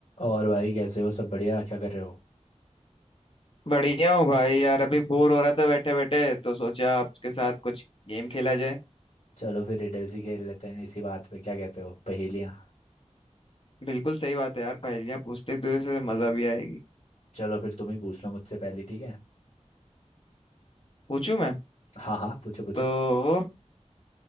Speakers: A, on the left; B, on the left.
A: और भाई कैसे हो सब बढ़िया क्या कर रहे हो
B: बढ़िया हूँ भाई यार अभी बोर हो रहा था बैठे बैठे तो सोचा आपके साथ कुछ गेम खेला जाए
A: चलो फिर रिडल्स ही खेल लेते हैं इसी बात पे क्या कहते हो पहेलियाँ
B: बिल्कुल सही बात है यार पहेलियाँ पूछते एक दूसरे से मजा भी आएगी
A: चलो फिर तुम ही पूछ लो मुझसे पहली ठीक है
B: पूछूं मैं
A: हाँ हाँ पूछो पूछो
B: तो